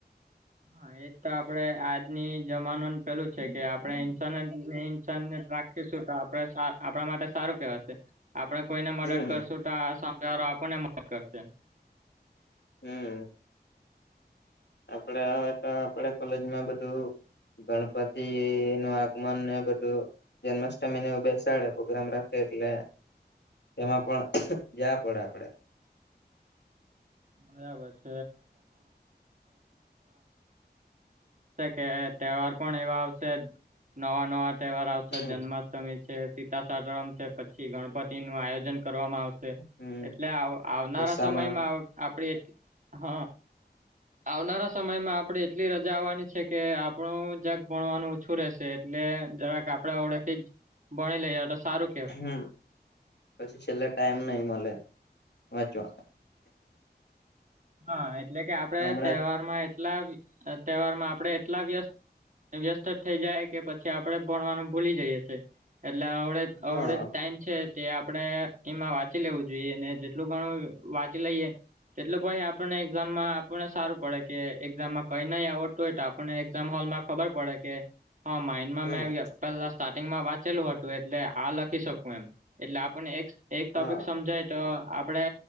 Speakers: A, on the right; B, on the left.
A: હા એ તો આપણે આજની જમાનાનુ પેલુ છે, કે આપણે ઇન્સાન ને ઇન્સાનિયત રાખીશું તો આપણે સા આપણા માટે સારું કેવાશે આપડે કોઈને મદદ
B: હમ
A: કરશું તો આ સામે વાળો આપણને મદદ કરશે
B: હમ્મ આપડે અ હતા આપડી કોલેજમા બધુ ગણપતિ એ આગમન ને બધુ જન્માષ્ટમી ને બેસાડે પ્રોગ્રામ રાખે એટલે એમાં પણ ગયા પડે આપડે
A: બરાબર છ. કે તહેવાર પણ એવા આવશે નવા નવા તહેવાર આવશે
B: હમ
A: જન્મા છે સીતા સાતમ છે, પછી ગણપતિ નુ આયોજન કરવામાં આવશે
B: હમ
A: એટલે આવ આવનારા
B: દશામાં
A: સમયમા આપડે હ આવનારા સમયમાં આપણેે એટલી રજા આવવાની છે કે આપણું જક ભણવાનુ ઓછુ રહેશે એટલે જરાક આપણે અવળેથી જ ભણી લઈએ તો સારુ
B: હમ પછી છેલ્લે ટાઈમ નઈ મળે વાંચવા
A: હા એટલે કે આપડે
B: હમણાં
A: તહેવારમાં એટલા તહેવારમાં આપણે એટલા વ્યસ્ત વ્યસ્ત થઇ જાય કે પછી આપડે ભણવાનું ભૂલી જઈએ છીએ એટલે આવડે
B: હા
A: અવડે ટાઈમ છે. તે આપણે એમા વાંચી લેવું જોઈએ અને જેટલુ ઘણુ વાચી લઈએ. ભાઈ આપણને એક્ઝામમાં આપણને સારું પડે કે એક્ઝામમાં કઈ નહી આવડત હોય, તો આપણે એ હોલમાં ખબર પડે કે હા માઇન્ડમા
B: હમ
A: મે પેલા સ્ટાટિગમાં વાંચેલું હતુ એટલે આ લખી શકું એમ એટલે આપને એક એક ટોપિક
B: હા
A: સમજાય તો આપડે